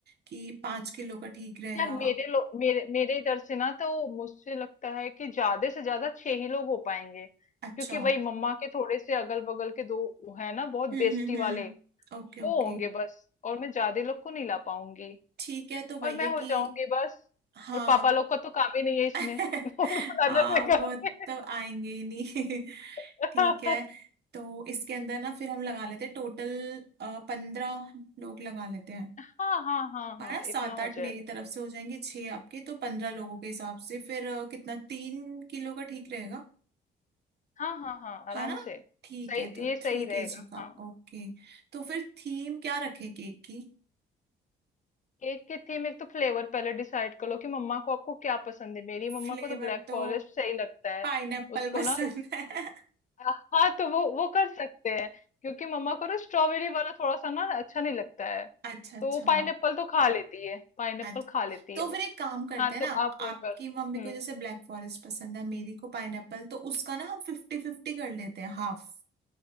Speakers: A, on the right; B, on the left.
A: कि पाँच किलो का ठीक रहेगा
B: यार मेरे लो मेरे मेरे इधर से ना तो मुझसे लगता है कि ज्यादा से ज्यादा छह ही लोग हो पाएंगे क्योंकि
A: अच्छा
B: वही मम्मा के थोड़े से अगल बगल के दो है ना बहुत
A: हम्म
B: बेस्टी
A: हम्म हम्म
B: वाले
A: Okay okay
B: वो होंगे बस और मैं ज्यादा लोग को नहीं ला पाऊंगी
A: ठीक है तो
B: और
A: भैया
B: मैं हो
A: कि
B: जाऊंगी बस
A: हाँ
B: और पापा लोग का तो काम ही नहीं है इसमें
A: <laughs>
B: <laughs> उनको लाना
A: हाँ
B: बेकार
A: वो
B: है।
A: तो आएंगे ही नहीं <laughs>
B: <laughs>
A: ठीक है तो इसके अंदर ना फिर हम लगा लेते हैं टोटल पंद्रह लोग लगा लेते हैं
B: हाँ हाँ हाँ हाँ
A: है ना सात
B: इतना हो
A: आठ
B: जाएगा
A: मेरी तरफ से हो जाएंगे छह आपके तो पंद्रह लोगों के हिसाब से फिर अ, कितना तीन किलो का ठीक रहेगा
B: हाँ हाँ हाँ आराम
A: है ना
B: से
A: ठीक
B: सही
A: है तो
B: ये सही
A: थ्री
B: रहेगा
A: केजी का
B: हाँ
A: ओके तो फिर थीम क्या रखे केक की
B: केक के थीम एक तो फ्लेवर पहले डिसाइड कर लो कि मम्मा को आपको क्या पसंद है मेरी
A: फ्लेवर
B: मम्मा को तो ब्लैक
A: तो
B: फॉरेस्ट सही लगता है
A: पाइनएप्पल
B: उसको
A: पसंद
B: ना
A: है
B: हाँ तो वो वो कर सकते हैं क्योंकि मम्मा को ना स्ट्रॉबेरी वाला थोड़ा सा ना अच्छा नहीं लगता है
A: अच्छा अच्छा
B: तो वो पाइनएप्पल तो खा लेती है पाइनएप्पल
A: अच्छा
B: खा लेती
A: तो
B: है वो
A: फिर एक काम करते
B: हाँ
A: हैं
B: तो
A: ना
B: आप
A: आपकी
B: वो कर
A: मम्मी
B: हम्म
A: को जैसे ब्लैक फॉरेस्ट पसंद है मेरी को पाइनएप्पल तो उसका ना हम फिफ्टी फिफ्टी कर लेते हैं हाफ